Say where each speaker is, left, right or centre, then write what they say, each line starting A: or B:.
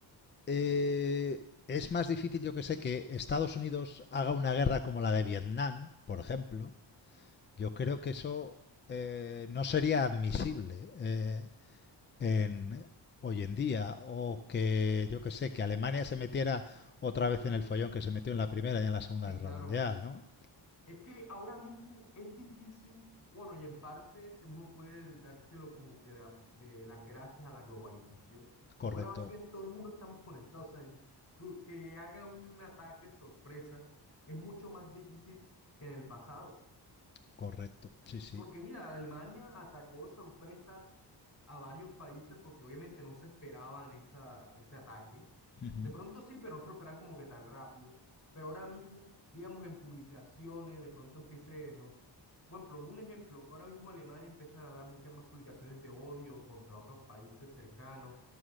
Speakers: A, on the left; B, on the left.
A: eh, es más difícil, yo que sé, que Estados Unidos haga una guerra como la de Vietnam, por ejemplo. Yo creo que eso eh, no sería admisible eh, en, hoy en día. O que, yo que sé, que Alemania se metiera otra vez en el follón que se metió en la Primera y en la Segunda
B: Sí,
A: Guerra
B: claro.
A: Mundial, ¿no?
B: Es que ahora mismo es difícil, bueno, y en parte se- uno puede dárselo como que de, a- de las gracias a la globalización, porque
A: Correcto,
B: ahora básicamente todo el mundo estamos conectados, o sea, que, que haga un ataque sorpresa es mucho más difícil que en el pasado,
A: correcto, sí, sí.
B: porque mira, Alemania atacó sorpresa a varios países porque obviamente no se esperaban esa, ese ataque.
A: Ujú,
B: De pronto sí, pero no se lo esperaban como que tan rápido. Pero ahora mismo, digamos, en publicaciones, de pronto empiece, no, por ejemplo, un ejemplo, que ahora mismo Alemania empieza a dar muchas más publicaciones de odio contra otros países cercanos,